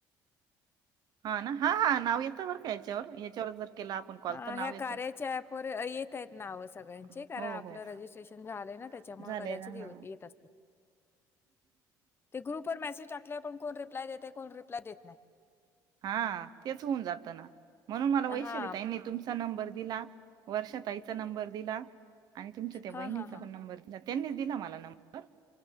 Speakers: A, on the right; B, on the left.
A: हा ना हा हा नाव येतं बर का यांच्यावर यांच्यावर जर केला आपण कॉल
B: ह
A: तर नाव
B: ह्या
A: येतं.
B: कार्याच्या ॲप वर येत आहेत नाव सगळ्यांचे
A: हो
B: कारण आपलं
A: हो
B: रजिस्ट्रेशन
A: रजिस्टर.
B: झालं त्यांच्यामुळे
A: झालं ना झाले
B: कदाचित
A: ना हा
B: येत असतील ते ग्रुप वर मेसेज टाकलेवर, पण कोण रिप्लाय देते, कोण रिप्लाय देत नाही.
A: हा तेच होऊन जातं ना. म्हणून मला वैशाली
B: हा
A: ताई नी तुमचा नंबर दिला, वर्षा ताईचा नंबर दिला आणि तुमच्या त्या बहिणीचा,
B: हा हा हा
A: पण नंबर दिला, त्यांनीच दिला मला नंबर.